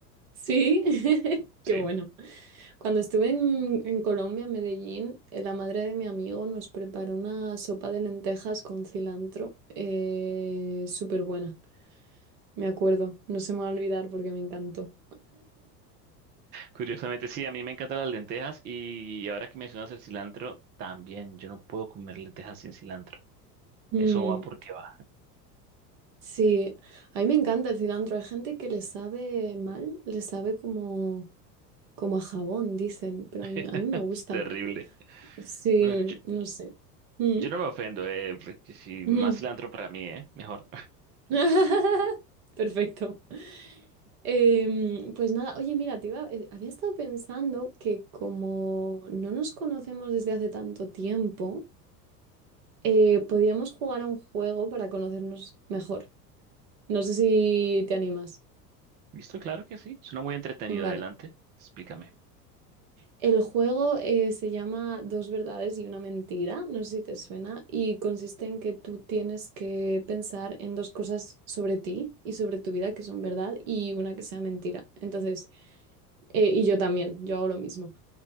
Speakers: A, on the right; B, on the right.
A: Sí, <laughs>
B: Sí.
A: qué bueno. Cuando estuve en, en Colombia, en Medellín, eh, la madre de mi amigo nos preparó una sopa de lentejas con cilantro, eh, súper buena. Me acuerdo, no se me va a olvidar porque me encantó.
B: Curiosamente, sí, a mí me encantan las lentejas y ahora que mencionas el cilantro, también yo no puedo comer lentejas sin cilantro.
A: Mm,
B: Eso va porque va.
A: sí, a mí me encanta el cilantro. Hay gente que le sabe mal, le sabe como, como a jabón, dicen, pero
B: <laughs>
A: a mí, a mí me gusta.
B: Es terrible.
A: Sí,
B: Bueno, yo,
A: no sé. Mm,
B: yo no me ofendo, eh, porque si
A: mm.
B: más cilantro para mí, eh, mejor.
A: <laughs> Perfecto. Em, pues nada, oye, mira, te iba- eh, había estado pensando que como no nos conocemos desde hace tanto tiempo, eh, podíamos jugar a un juego para conocernos mejor. No sé si te animas.
B: <laughs> Listo, claro que sí. Suena muy entretenido.
A: Vale.
B: Adelante, explícame.
A: El juego eh, se llama Dos verdades y una mentira, no sé si te suena, y consiste en que tú tienes que pensar en dos cosas sobre ti y sobre tu vida que son verdad y una que sea mentira. Entonces, eh, y yo también, yo hago lo mismo.